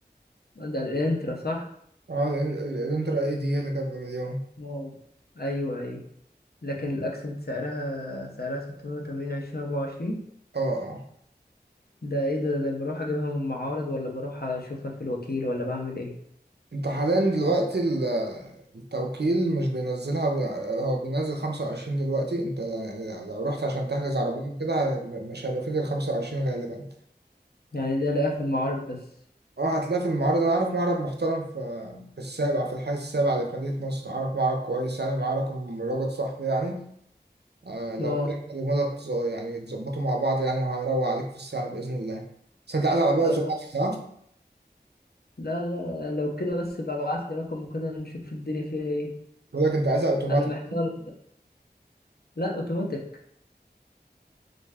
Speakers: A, on the left; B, on the right.
A: ده الانترا صح
B: اه ال- ال- الانترا اي دي هي اللي كانت بمليون
A: اه ايوه ايوه لكن الاكسنت سعرها سعرها 680 20 24
B: اه آه.
A: ده ايه ده ده بروح اجيبها من المعارض ولا بروح اشوفها في الوكيل ولا بعمل ايه
B: انت حاليا دلوقتي ال- التوكيل مش بينزلها هو بينزل 25 دلوقتي انت لو رحت عشان تحجز عربية
A: آه.
B: كده ه- مش هيبقى فيه غير 25 غالبا
A: يعني ده لاقيها في المعارض بس
B: اه هتلاقي في المعرض انا اعرف معرض محترم في في السابع في الحي السابع اللي في مدينة نصر اعرف معرض كويس يعني معاه رقم راجل صاحبي يعني آه لو
A: اه
B: كده كلموا لك تز- يعني تظبطوا مع بعض يعني وهيروق عليك في السعر بإذن الله بس انت عايز عربية
A: طب
B: اوتوماتيك
A: لا
B: ها؟
A: لا لا لو كده بس بقى ابعت لي رقم وكده نشوف الدنيا فيها ايه
B: بقول لك انت عايزها اوتوماتيك
A: انا محتار لا اوتوماتيك